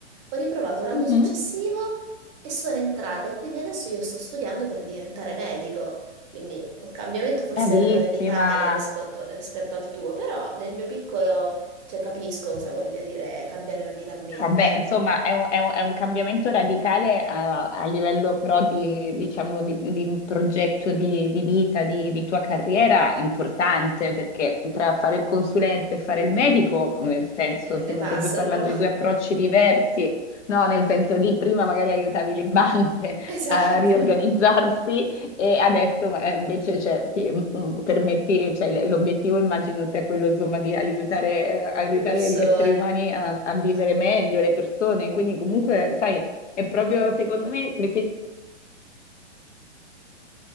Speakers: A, on the right; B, on the left.
A: ho riprovato l'anno
B: mhm.
A: successivo e sono entrata e quindi adesso io sto studiando per diventare medico, quindi un cambiamento forse
B: bravissima.
A: meno radicale rispetto, rispetto al tuo, però nel mio piccolo, cioè, capisco cosa voglia dire cambiare radicalmente,
B: Vabbè, insomma, è un, è un- è un cambiamento radicale a, a livello però di, diciamo, di, di un progetto di, di vita, di, di tua carriera importante, perché tra fare il consulente e fare il medico, nel senso,
A: Eh,
B: stiamo
A: ne passa
B: proprio parlando
A: un po'. <laughs>
B: di due approcci diversi, no? Nel senso lì prima magari aiutavi le banche
A: Esatto,
B: <laughs> a riorganizzarsi e adesso eh, invece cioè, ti mm, mm, permetti, cioè, l- l'obiettivo immagino sia quello insomma, di aiutare, aiutare
A: le persone.
B: gli esseri umani a, a vivere meglio, le persone, quindi comunque, sai, è proprio secondo me perché